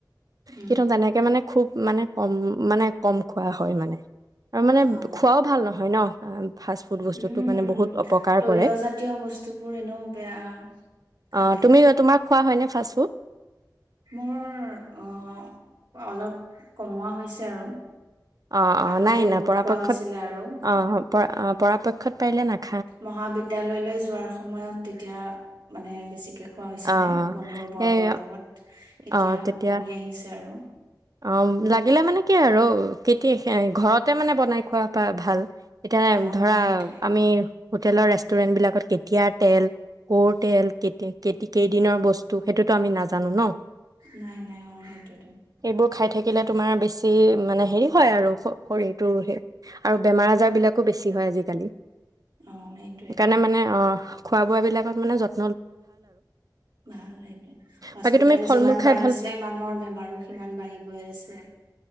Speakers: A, on the right (about 75°); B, on the right (about 55°).
A: উম
B: কিথ তেনেকে মানে খুব <unintelligible> মানে- কম মানে- কম- খোৱা হয় মানে আৰু মানে
A: অ
B: খোৱাও ভাল নহয় ন। ফাষ্ট ফুড বস্তুটো
A: উম
B: মানে বহুত অপকাৰ
A: তৈলজাতীয়
B: কৰে
A: বস্তু- টোবোৰ এনেও বেয়া- খালে-
B: অ', তুমি তোমাৰ খোৱা হয়নে ফাষ্ট ফুড?
A: মোৰ অ- অলপ কমোৱা হৈছে আৰু।
B: অ- অ
A: আগতে
B: নাই- নাই
A: বহুত
B: পৰাপক্ষত
A: খোৱা হৈছিলে আৰু
B: অ- পৰাপক্ষত পাৰিলে নাই-
A: মহাবিদ্যালয়লৈ যোৱাৰ সময়ত তেতিয়া মানে বেছিকে খোৱা হৈছিলে
B: অ',
A: বন্ধুৰ বৰ্গৰ
B: এই
A: লগত এতিয়া
B: অ', তেতিয়া
A: কমি আহিছে আৰু।
B: অ- লাগিলে মানে কি আৰু কে ঘৰতে মানে বনাই খোৱা বা ভাল এতিয়া এম
A: অ
B: ধৰা
A: সেইটোৱে
B: আমি- হোটেলৰ ৰেষ্টুৰেণ্টবিলাকত কেতিয়াৰ তেল কৰ তেল কেতি কে কেইদিনৰ বস্তু সেইটোতো আমি নাজানো ন?
A: নাই- নাই অ- সেইটোৱেতো।
B: বোৰ খাই থাকিলে তোমাৰ বেছি মানে হেৰি হয় আৰু শৰীৰটোৰ সে- আৰু বেমাৰ আজাৰ
A: উম,
B: বিলাকো বেছি হয় আজি কালি-
A: অ সেইটোৱেতো
B: সেইকাৰণে মানে অ- খোৱা বোৱাবিলাকত মানে য-
A: ভাল-সেইটোয়ে। হস্পিতাল
B: বাকী তুমি ফল
A: যিমান
B: মূল খাই
A: বাঢ়িছে
B: ভাল
A: মানুহৰ বেমাৰো- সিমান বাঢ়ি গৈ আছে।